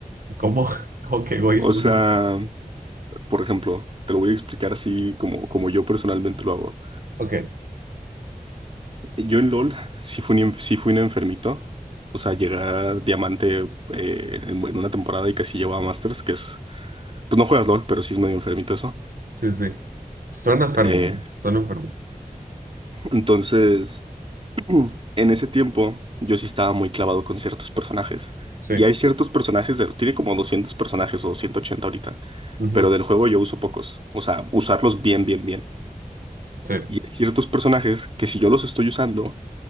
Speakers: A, on the right; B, on the right.
A: ¿Cómo? <laughs> ¿Cómo que egoísmo,
B: O sea,
A: güey?
B: por ejemplo, te lo voy a explicar así como, como yo personalmente lo hago.
A: Ok,
B: Yo en LOL sí fui un, en- sí fui un enfermito. O sea, llegué a diamante eh, en, en una temporada y casi llevaba Masters, que es... Pues no juegas LOL, pero sí es medio enfermito eso.
A: sí, sí. sí. Suena enfermo,
B: Eh,
A: güey. Suena enfermo.
B: entonces, <clears throat> en ese tiempo yo sí estaba muy clavado con ciertos personajes.
A: Sí.
B: Y hay ciertos personajes, de- tiene como 200 personajes o 180 ahorita,
A: Ujú,
B: pero del juego yo uso pocos. O sea, usarlos bien, bien, bien.
A: Sí,
B: Y hay ciertos personajes que si yo los estoy usando